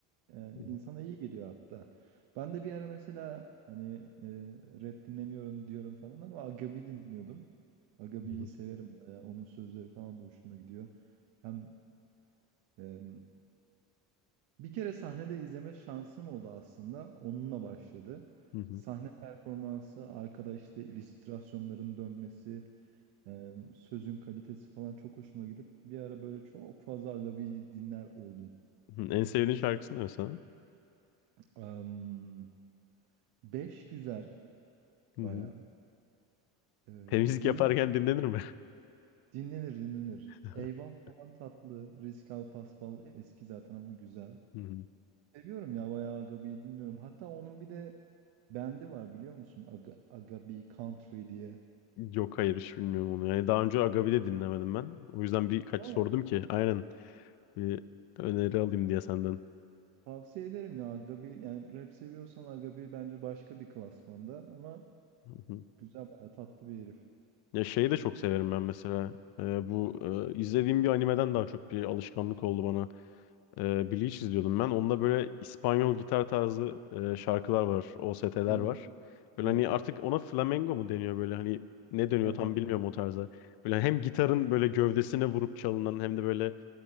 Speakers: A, on the right; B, on the left.
A: e,
B: Hı
A: insana iyi geliyor hatta. Ben de bir ara mesela hani e, rap dinlemiyorum diyorum falan ama Agabi dinliyordum. Agabi'yi
B: hı,
A: severim bayağı. Onun sözleri falan da hoşuma gidiyor. Hem e, bir kere sahnede izleme şansım oldu aslında. Onunla başladı.
B: hı hı,
A: Sahne
B: hı
A: performansı, arkada işte illüstrasyonların dönmesi, e, sözün kalitesi falan çok hoşuma gidip bir ara böyle çok fazla Agabi dinler oldum.
B: hı. En sevdiğin şarkısı ne mesela?
A: Em, Beş güzel
B: Hı
A: bayağı.
B: hı.
A: Ee,
B: Temizlik
A: yeni
B: yaparken dinlenir mi?
A: dinlenir dinlenir.
B: <laughs>
A: Eyvah falan tatlı. Risk al paspal eski zaten ama güzel.
B: Hı hı.
A: Seviyorum ya bayağı Agabi'yi dinliyorum. Hatta onun bir de bendi var biliyor musun? Aga, Agabi Country diye.
B: Yok hayır hiç bilmiyorum onu. Yani daha önce Agabi'de dinlemedim ben. O yüzden birkaç
A: Aa.
B: sordum ki aynen Bir öneri alayım diye senden.
A: Tavsiye ederim ya Agabi. Yani rap seviyorsan Agabi bence başka bir klasmanda ama
B: Hı hı.
A: güzel bayağı tatlı bir herif.
B: Ya şeyi de çok severim ben mesela. Ee, bu e, izlediğim bir animeden daha çok bir alışkanlık oldu bana. Ee, Bleach izliyordum ben. Onda böyle İspanyol gitar tarzı e, şarkılar var. OST'ler
A: Uyuyor.
B: var. Böyle
A: Evet.
B: hani artık ona flamenco mu deniyor böyle hani ne dönüyor
A: Aha.
B: tam bilmiyorum o tarza. Böyle hem gitarın böyle gövdesine vurup çalınan hem de böyle